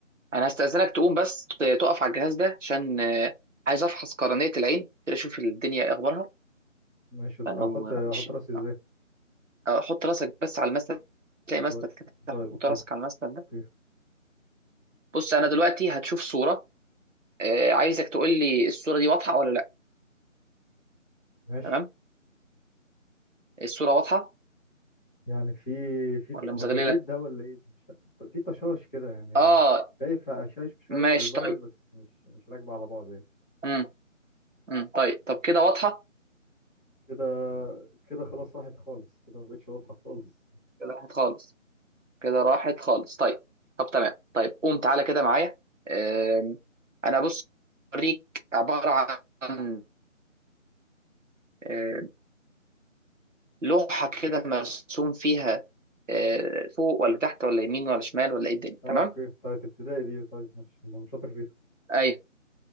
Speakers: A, on the right; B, in the centre.
A: أنا هستأذنك تقوم بس ت- تقف على الجهاز ده عشان آه عايز أفحص قرنية العين كده أشوف الدنيا إيه أخبارها
B: ماشي
A: فلو
B: أحط أحط
A: معلش
B: راسي إزاي
A: آه، آه، حط راسك بس على المسند تلاقي مسند
B: طيب
A: كده
B: طيب أوكي
A: حط راسك على المسند ده
B: أوكي
A: بص أنا دلوقتي هتشوف صورة آه عايزك تقول لي الصورة دي واضحة ولا لا
B: ماشي
A: تمام الصورة واضحة
B: يعني في في ط-
A: ولا
B: هو
A: مزغللة
B: ده بيت ده ولا إيه ده مش عارف. في طشاش كده يعني
A: آه
B: شايف هشاش في شوية
A: ماشي
B: ألوان
A: طيب
B: بس مش مش راكبة على بعض يعني.
A: م- م. طيب طب كده واضحة
B: كده كده خلاص راحت خالص كده ما بقتش واضحة خالص
A: كده واضحة خالص كده راحت خالص طيب طب تمام طيب قوم تعالى كده معايا آم، انا بص اوريك عباره عن آم، لوحه كده مرسوم فيها آه، فوق ولا تحت ولا يمين ولا شمال ولا ايه الدنيا
B: اه
A: تمام
B: اوكي بتاعت ابتدائي دي طيب ماشي اللي انا شاطر فيها
A: ايوه